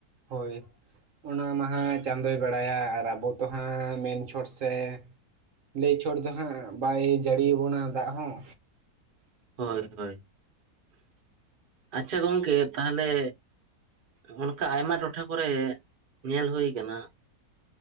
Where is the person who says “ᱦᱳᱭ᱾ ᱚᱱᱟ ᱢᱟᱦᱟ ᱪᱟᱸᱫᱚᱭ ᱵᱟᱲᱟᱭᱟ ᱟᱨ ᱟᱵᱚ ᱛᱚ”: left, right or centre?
Right